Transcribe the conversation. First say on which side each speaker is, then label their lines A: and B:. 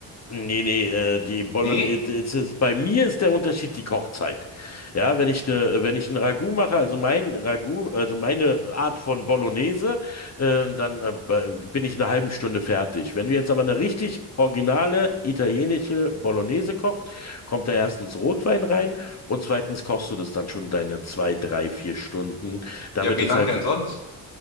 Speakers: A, on the left; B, on the left.
A: Nee, nee, äh, die Bolognese,
B: Nee?
A: es ist, bei mir ist der Unterschied die Kochzeit. Ja, wenn ich, ne, wenn ich ein Ragout mache, also mein Ragout, also meine Art von Bolognese, ähm, dann äh, bei- bin ich in einer halben Stunde fertig. Wenn du jetzt aber eine richtig originale italienische Bolognese kochst, kommt da erstens Rotwein rein und zweitens kochst du das dann schon deine zwei, drei, vier Stunden, damit
B: Ja, wie
A: es
B: lang
A: halt
B: denn sonst?